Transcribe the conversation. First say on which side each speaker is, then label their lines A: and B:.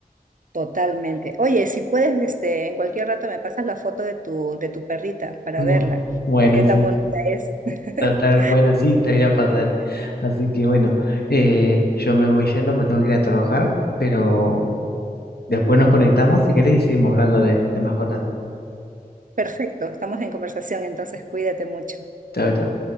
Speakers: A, on the right (about 55°); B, on the left (about 80°).
A: Totalmente. Oye, si puedes, este, en cualquier rato me pasas la foto de tu, de tu perrita para
B: Bu-
A: verla,
B: <laughs> Bueno,
A: a ver qué
B: sí,
A: tan bonita es. <laughs>
B: ta- bueno, sí, te voy a pasar. Así que bueno, eh, yo me voy yendo porque tengo que ir a trabajar, pero después nos conectamos si querés y seguimos hablando de, de mascotas.
A: Perfecto, estamos en conversación, entonces cuídate mucho.
B: Chao, chao.